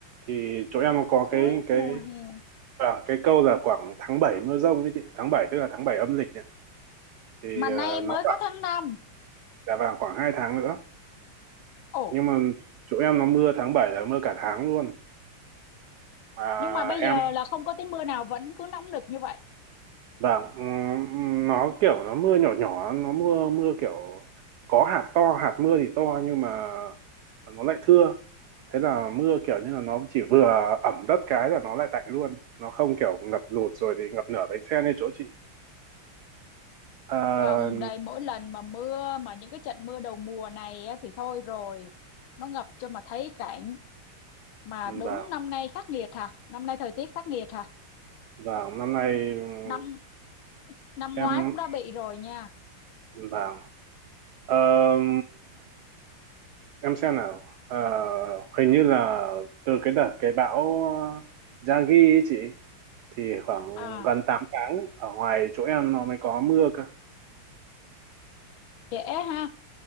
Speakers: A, on the right (about 80°); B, on the left (about 75°).
A: Thì chỗ em có
B: cuối
A: cái cái
B: mùa hè
A: à, cái câu là khoảng tháng 7 mưa dông ấy chị. Tháng 7 tức là tháng 7 âm lịch. ấy. Thì
B: mà
A: ờ,
B: nay mới
A: nó khoảng
B: có tháng năm,
A: là vào khoảng 2 tháng nữa
B: ồ
A: nhưng mà chỗ em nó mưa tháng 7 là mưa cả tháng luôn mà
B: nhưng mà bây
A: em
B: giờ là không có tí mưa nào vẫn cứ nóng nực như vậy
A: vâng ừm, nó kiểu nó mưa nhỏ nhỏ nó mưa mưa kiểu có hạt to hạt mưa thì to nhưng mà nó lại thưa thế là mưa kiểu như là nó chỉ vừa ẩm đất cái là nó lại tạnh luôn nó không kiểu ngập lụt rồi thì ngập nửa bánh xe như chỗ chị à,
B: không đây mỗi lần mà mưa mà những cái trận mưa đầu mùa này á, thì thôi rồi nó ngập cho mà thấy cảnh mà
A: vâng
B: đúng năm nay khắc nghiệt hả năm nay thời tiết khắc nghiệt hả
A: vâng năm nay ừm,
B: năm năm
A: em
B: ngoái cũng đã bị rồi nha
A: vâng Ờm, em xem nào Ờ, hình như là từ cái đợt cái bão Yagi ấy chị thì khoảng
B: à
A: gần 8 tháng ở ngoài chỗ em nó mới có mưa cơ
B: trễ ha